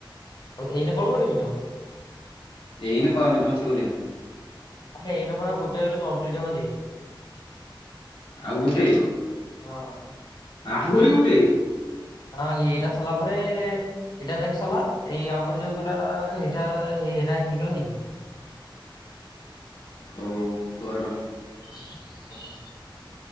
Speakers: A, on the left; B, on the left.
A: ହୋଉ ଏଇନେ କଲ କରିବିନି ଆଉ
B: ଏଇନେ କରନି ପଛେ କରିବା।
A: ଏଇ ନମ୍ବର ଆଉ ଗୋଟେ ହେଲେ କମ୍ପ୍ଲିଟ ହବ ଯାଇ
B: ଆଉ ଗୋଟେ
A: ହଁ।
B: ଆହୁରି ଗୋଟେ
A: ହଁ ଏଇଟା ସରିଲା ପରେ ଏଇଟା ଦେଖିସାରିଲା ଆମର ଯୋଉ ଗୋଟିଏ ନାହିରିତ ହେଇଗଲେ ହେଇଯିବ।
B: ହଉ କର।
A: <inaudible>